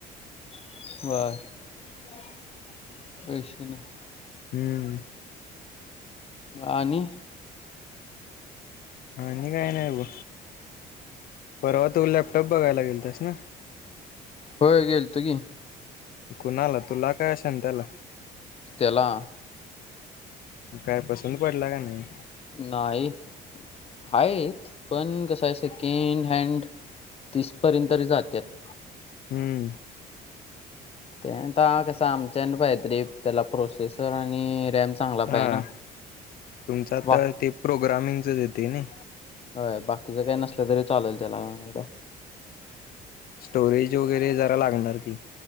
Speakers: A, on the left; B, on the left.
A: <unintelligible>
B: हम्म.
A: आणि.
B: आणि काय नाही बॉ, परवा तुला लॅपटॉप बघायला गेल तास ना.
A: होय गेलतो की.
B: कुणाला तुला काय शांत्याला?
A: त्याला.
B: काय पसंद पडला का नाही?
A: नाही आहेत पण, कसं आहे सेकंड हँड तिस पर्यंत तरी जात्यात.
B: हम्म.
A: तेन ता कसं आमच्यान पाहिजे तरी, त्याला प्रोसेसर आणि रॅम चांगला पाहिजे
B: हां
A: ना
B: तुमचं
A: बाकी
B: तर ते प्रोग्रामिंग च येतय नई.
A: ह बाकीचं काही नसलं तरी चालेल त्याला एवढ.
B: स्टोरेज वगैरे जरा लागणार की.